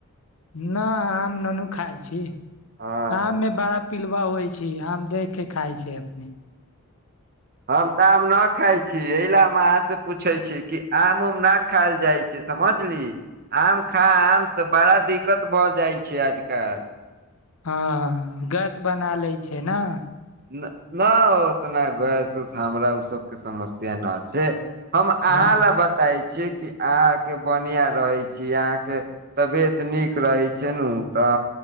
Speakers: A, on the left; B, on the right.
A: न आम नुनू खाइ छी <inaudible>
B: हँ
A: आम में बड़ा पिलवा होइ छै आम देख केँ खाय छै अपने <inaudible>
B: हम तऽ आम न खाय छी एहि ले हम अहाँ से पूछे छी कि आम उम ना खायल जाइ छै समझली आम खा आम तऽ बड़ा दिक्कत भऽ जाइ छै आजकल
A: हँ गैस बना लै छै न
B: न ना उतना गैस उस हमरा ओ सबके समस्या न छै हम अहाँ
A: हँ
B: ऽ बताय छियै कि अहा के बनिया रहै छी अहाँ के तबियत नीक रहैत छै नु तऽ